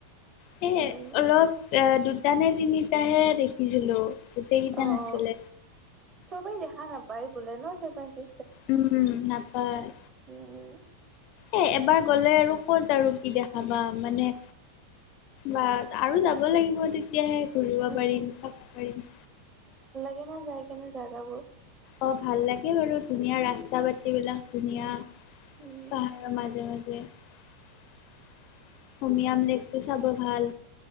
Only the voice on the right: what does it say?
উম, উম,
অ
অ চবেই দে। হা নাপায় বোলে ন চেভেনচি।
উম উম।
উম,
কেনে যায় কেনে জেগাবোৰ।
উম